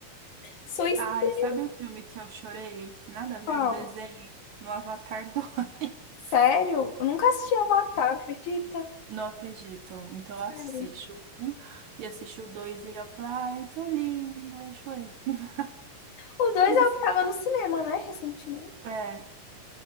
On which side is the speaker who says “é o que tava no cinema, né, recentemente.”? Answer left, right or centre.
Left